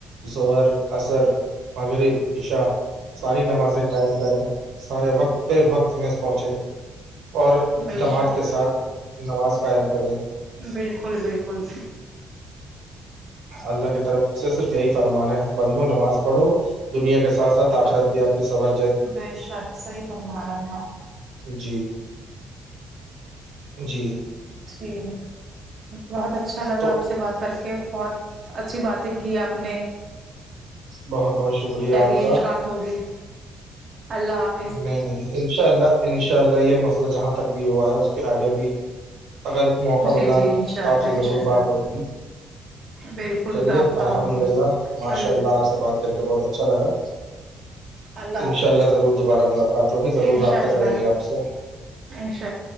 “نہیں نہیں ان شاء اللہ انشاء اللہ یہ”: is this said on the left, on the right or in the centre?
Right